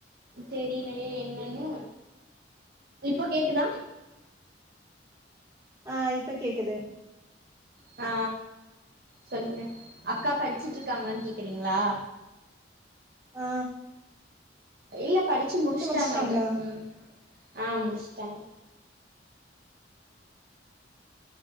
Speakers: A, on the right (about 55°); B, on the right (about 15°).
A: தெரிலயே என்னன்னு இப்போ கேக்குதா
B: ஆ இப்ப கேக்குது
A: ஆ சொல்லுங்க அக்கா படுச்சுட்டு இருக்காங்களானு கேக்குறீங்களா
B: ஆ
A: இல்ல படுச்சு முடுச்சுட்டாங்க
B: முடிச்சுட்டாங்களா
A: அவங்க ம் ஆ முடிச்சுட்டாங்க